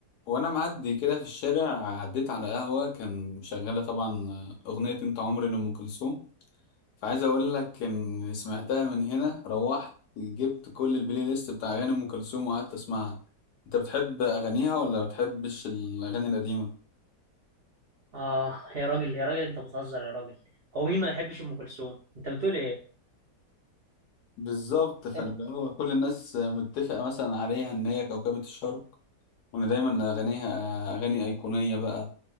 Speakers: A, on the left; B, on the right.
A: وانا معدي كده في الشارع عديت على قهوه كان شغاله طبعا اغنيه انت عمري لام كلثوم فعايز اقول لك ان سمعتها من هنا روحت جبت كل البلاي ليست بتاع اغاني ام كلثوم وقعدت اسمعها انت بتحب اغانيها ولا بتحبش الاغاني القديمه
B: اه يا راجل يا راجل انت بتهزر يا راجل هو مين ما يحبش ام كلثوم انت بتقول ايه
A: بالظبط فاللي
B: أنت-
A: هو كل الناس متفقه مثلا عليها ان هي كوكبه الشرق وان دايما اغانيها اغاني ايقونيه بقى